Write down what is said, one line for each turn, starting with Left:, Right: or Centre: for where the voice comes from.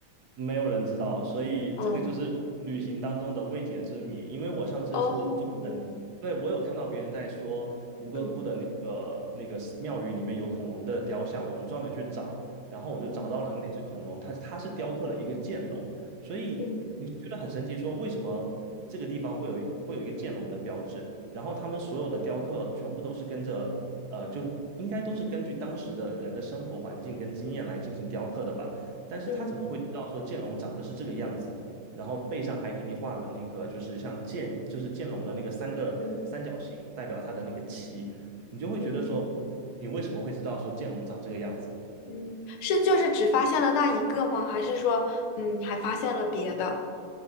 Right: 没有人知道，所以这个就是旅行当中的未解之谜。
Left: 哦
Right: 因为我上次是专门，
Left: 哦，
Right: 对，我有看到别人在说吴哥窟的那个那个寺庙宇里面有恐龙的雕像，
Left: 嗯。
Right: 我就专门去找，然后我就找到了那只恐龙，
Left: 嗯
Right: 它它是雕刻了一个剑龙，所以你觉得很神奇，
Left: 嗯
Right: 说为什么这个地方会有会有一个剑龙的标志？然后他们所有的雕刻全部都是跟着，呃，就应该都是根据当时的人的生活环境跟经验来进行雕刻的吧。但是他怎么会知道说剑龙长得是这个样子？
Left: 嗯
Right: 然后背上还给你画了那个，就是像剑，就是剑龙的那个三个三角形代表它的那个鳍，
Left: 嗯
Right: 你就会觉得说，
Left: 嗯嗯
Right: 嗯你为什么会知道说剑龙长这个样子？
Left: 嗯，是就是只发现了那一个吗？还是说，嗯，还发现了别的？